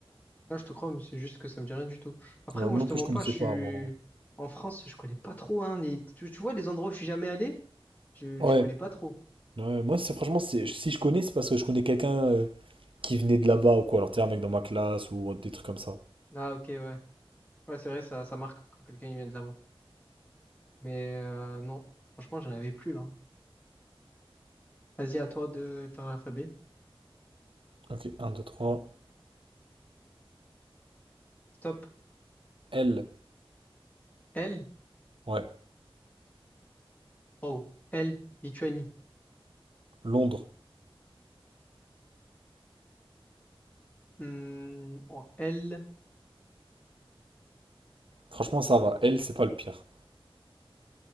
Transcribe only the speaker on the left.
Non, je te crois, mais c'est juste que ça me dit rien du tout. Après,
moi,
je te
mens
pas, je suis...
En France, je connais pas trop, hein, les- Tu, tu vois, les endroits où je suis jamais allé, je,
je connais pas trop.
Ah, ok, ouais. Ouais, c'est vrai, ça, ça marque quand quelqu'un il vient de là-bas. Mais euh, non, franchement, j'en avais plus là. Vas-y, à toi de faire l'alphabet.
Stop.
L.
Oh. L. Lituanie.
Hmm, en L.